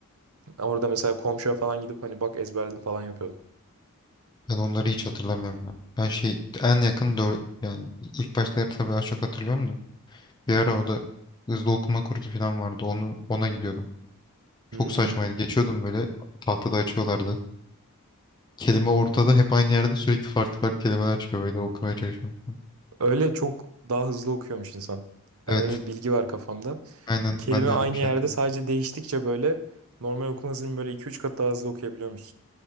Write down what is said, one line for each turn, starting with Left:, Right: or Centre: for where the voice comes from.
Right: Orada mesela komşuya falan gidip hani bak ezberledim falan yapıyordum.
Left: Ben onları hiç hatırlamıyorum. ya. Ben şey en yakın doğru yani ilk başta tabii az çok hatırlıyorum da. Bir ara o da hızlı okuma kursu falan vardı. Onu ona gidiyordum. Çok
Right: Hmm.
Left: saçmaydı. Geçiyordum böyle tahtada açıyorlardı. Kelime ortada hep aynı yerde sürekli farklı farklı kelimeler çıkıyor böyle okumaya çalışıyorum.
Right: Öyle çok daha hızlı okuyormuş insan. Ben
Left: Evet.
Right: öyle bir bilgi var kafamda.
Left: Aynen
Right: Kelime
Left: ben de
Right: aynı
Left: öyle bir şey
Right: yerde
Left: yaptım.
Right: sadece değiştikçe böyle normal okuma hızının böyle iki üç kat daha hızlı okuyabiliyormuşsun.